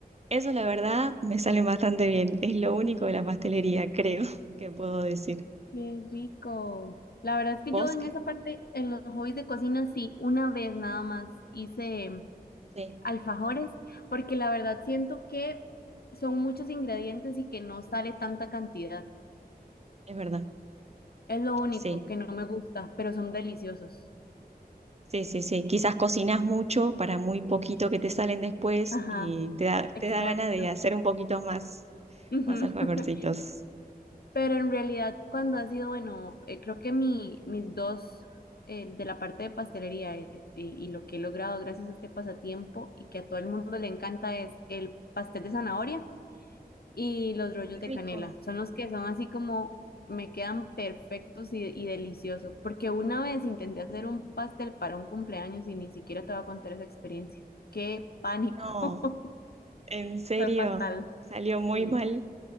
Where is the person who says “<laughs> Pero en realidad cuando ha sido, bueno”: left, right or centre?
Left